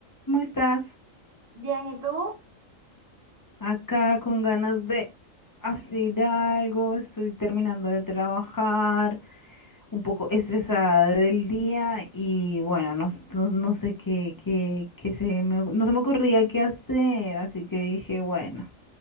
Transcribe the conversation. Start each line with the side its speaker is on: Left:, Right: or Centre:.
Left: ¿Cómo estás?
Right: Bien, ¿y tú?
Left: Acá con ganas de hacer algo, estoy terminando de trabajar, un poco estresada del día y bueno, no, s- no- no sé qué, qué, qué se me, oc- no se me ocurría qué hacer, así que dije, bueno,